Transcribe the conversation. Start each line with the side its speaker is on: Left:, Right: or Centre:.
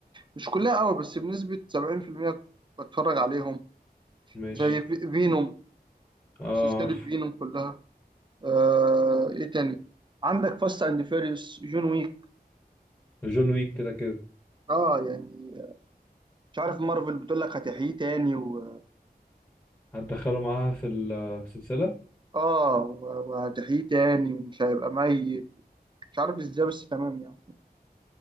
Right: مش كلها قوي بس بنسبه 70% بتفرج عليهم
Left: ماشي
Right: زي في- فينوم
Left: اه
Right: سلسله
Left: عارفه
Right: فينوم كلها آه ايه تاني عندك فاست اند فيريوس جون ويك
Left: جون ويك كده كده
Right: اه يعني مش عارف مارفل بتقول لك هتحييه تاني و...
Left: هتدخله معاها في السلسله
Right: اه و- وهتحييه تاني ومش هيبقى ميت مش عارف ازاي بس تمام يعني